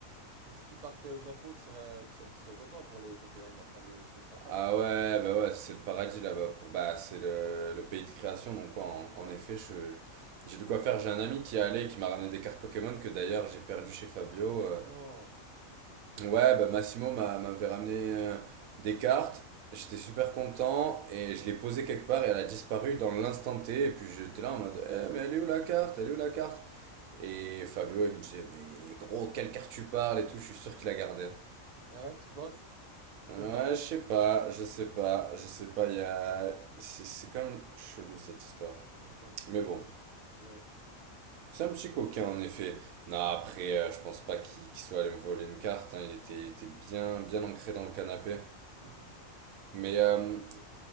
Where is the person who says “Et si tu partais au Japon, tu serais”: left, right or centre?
Right